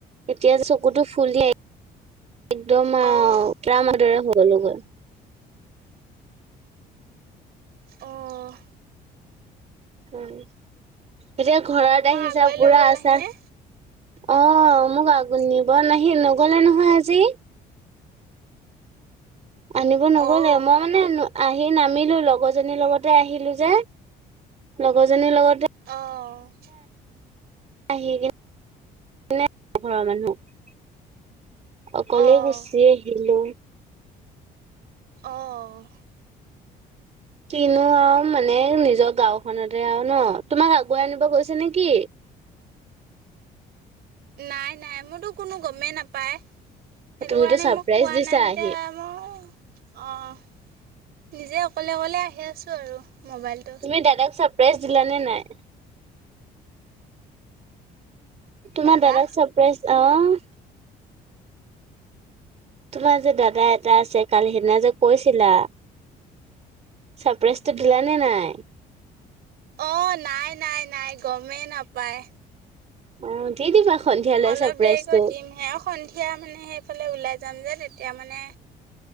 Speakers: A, on the right (about 40°); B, on the right (about 70°).
A: এতিয়া চকুতো ফুলি একদম আহও
B: অ
A: টামাৰ দৰে হৈ গ'ল।
B: অ'
A: উড়, এতিয়া ঘৰত
B: তোমাক
A: আহিছা
B: আগুৱাই লৈ
A: পুৰা
B: গ'ল
A: আছা।
B: আহিনে?
A: অ' মোক আগ নিব নাহি নগ'লে নহয় আজি। আনিব নগ'লে
B: অ'।
A: মই মানে আহি নামিলোঁ, লগৰজনীৰ লগতে আহিলোঁ যে লগৰজনীৰ লগতে
B: অ'
A: আহি কিনে ঘৰৰ মানুহ। অকলে
B: অ',
A: গুছি আহিলোঁ।
B: অ'
A: কিনো আৰু মানে নিজৰ গাওঁখনতে আৰু ন তোমাক আগুৱাই আনিব গৈছে নেকি?
B: নাই নাই মোৰতো কোনো গমেই নাপায়। সেইটো
A: তুমিতো
B: কাৰণে
A: চাৰপ্ৰাইজ
B: মোক কোৱা
A: দিছা
B: নাই যেতিয়া
A: আহি
B: মই অ' নিজে অকলে অকলে আহি আছোঁ আৰু মোবাইল
A: তুমি দাদাক ছাৰপ্ৰাইজ দিলা নে নাই? তোমাৰ
B: দাদা
A: দাদাক চৰপ্ৰাইজ অ' তোমাৰ যে দাদা এটা আছে কালি সেইদিনা যে কৈছিলা। ছাৰপ্ৰাইজটো দিলানে নাই?
B: অ' নাই নাই নাই গমেই নাপায়।
A: অ' দি দিবা। সন্ধিয়ালৈ
B: অলপ
A: চাৰপ্ৰাইজটো
B: দেৰিকৈ দিম হে। সন্ধিয়া মানে সেইফালে ওলাই যাম যে তেতিয়া মানে